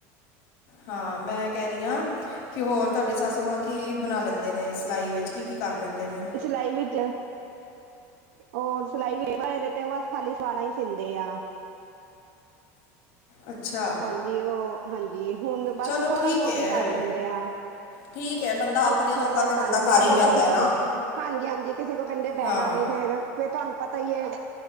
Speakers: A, on the left; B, on the right.
A: ਹਾਂ ਮੈਂ ਕਹਿ ਰਹੀ ਆ ਕਿ ਹੋਰ ਤੁਹਾਡੀ ਸਾਸੂ ਮਾਂ ਕੀ ਬਣਾ ਲੈਂਦੇ ਨੇ ਸਿਲਾਈ ਵਿੱਚ ਕੀ ਕੀ ਕਰ ਲੈਂਦੇ ਨੇ
B: ਸਿਲਾਈ ਵਿੱਚ ਹੋਰ ਸਿਲਾਈ <unintelligible> ਤੇ ਬਸ ਖਾਲੀ ਸਲਵਾਰਾਂ ਈ ਸਿੰਦੇ ਆ।
A: ਅੱਛਾ
B: ਹਾਂਜੀ ਉਹ ਹਾਂਜ ਜੀ ਹੁਣ ਬਸ
A: ਚਲੋ
B: ਥੋੜਾ
A: ਠੀਕ
B: ਬਹੁਤ
A: ਹੈ
B: ਈ ਕਰ ਲੈਂਦੇ ਆ।
A: ਠੀਕ ਹੈ ਬੰਦਾ ਆਪਣੇ
B: ਯੋਗਾ ਥੋੜਾ
A: ਜੋਗਾ
B: ਬਹੁਤ
A: ਤਾਂ
B: ਕਰ
A: ਬੰਦਾ
B: ਲੈਂਦੇ। ਕਹਿੰਦੇ
A: ਹੀ ਲੈਂਦਾ
B: ਕਿਸੇ
A: ਹੈ ਨਾ
B: ਕੋਲ ਹਾਂਜੀ-ਹਾਂਜੀ ਕਿਸੇ ਕੋਲ ਕਹਿੰਦੇ ਬਹਿਣਾ
A: ਹਾਂ
B: ਨਹੀਂ ਫਿਰ ਫਿਰ ਤੁਹਾਨੂੰ ਪ ਤਾ ਈ ਏ